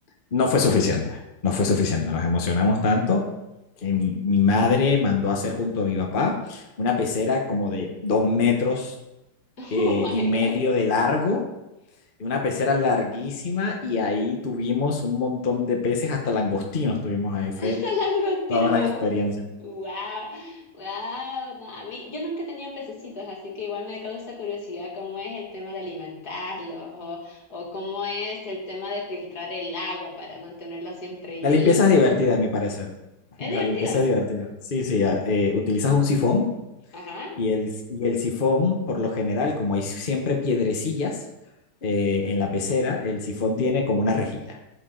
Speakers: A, on the left; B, on the left.
A: no fue suficiente, no fue suficiente, nos emocionamos tanto que mi, mi madre mandó a hacer junto a mi papá una pecera como de dos metros
B: <laughs>
A: eh,
B: Oh my
A: y medio
B: God.
A: de largo, una pecera larguísima y ahí tuvimos un montón de peces, hasta langostinos tuvimos ahí, fue
B: Esta langostina.
A: toda una
B: Oh.
A: experiencia.
B: Wow. Wow. No, a mí, yo nunca he tenido pececitos, así que igual me causa curiosidad cómo es el tema de alimentarlos o, o cómo es el tema de filtrar el agua para mantenerla siempre limpia.
A: La limpieza es divertida, a mi parecer. <laughs>
B: Es
A: La
B: divertida.
A: limpieza es divertida. Sí, sí, ah, eh, utilizas un sifón
B: Ajá.
A: Y el, y el sifón, por lo general, como hay siempre piedrecillas eh, en la pecera, el sifón tiene como una rejilla.